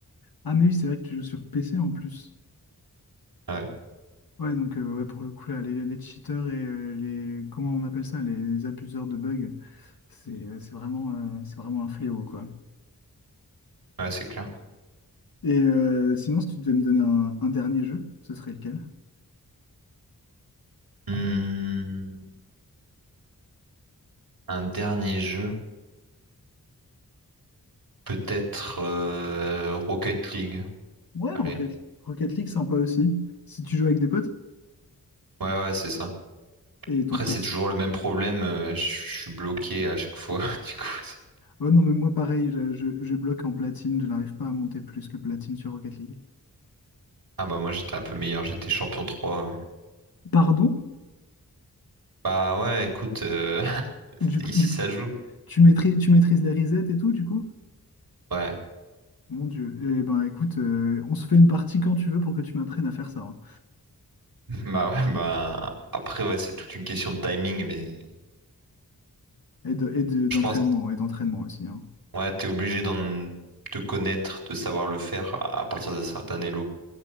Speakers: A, on the left; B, on the right.
A: Ah, mais oui, c'est vrai que tu joues sur PC en plus.
B: Ouais,
A: Ouais, donc euh, ouais, pour le coup, là, les, les cheaters et euh, les... Comment on appelle ça? Les abuseurs de bugs, c'est euh, c'est vraiment, euh, c'est vraiment un fléau, quoi.
B: ouais, c'est clair.
A: Et euh, sinon, si tu devais me donner un, un dernier jeu, ce serait lequel?
B: Hmm, un dernier jeu. Peut-être euh, Rocket League.
A: Ouais,
B: Allez.
A: Rocket, Rocket League, sympa aussi. Si tu joues avec des potes
B: Ouais, ouais, c'est ça.
A: et ton
B: Après,
A: classe.
B: c'est toujours le même problème. euh, je je suis bloqué à chaque fois. <laughs> Du coup, c'est-
A: Oh non, mais moi, pareil, je, je, je bloque en platine. Je n'arrive pas à monter plus que platine sur Rocket League.
B: ah bah, moi, j'étais un peu meilleur. J'étais champion 3.
A: Pardon?
B: Bah, ouais, écoute, euh, <laughs>
A: Du, coup-
B: ici,
A: du
B: ça
A: coup,
B: joue.
A: tu maîtrises, tu maîtrises les resets et tout, du coup?
B: Ouais,
A: Mon Dieu. Eh ben, écoute, euh, on se fait une partie quand tu veux pour que tu m'apprennes à faire ça. hein.
B: <laughs> bah ouais, bah après ouais, c'est toute une question de timing, mais
A: Et de- et de- d'entraînement,
B: je pense
A: et d'entraînement aussi. hein.
B: ouais, t'es obligé d'en te connaître, de savoir le faire à à partir d'un certain elo.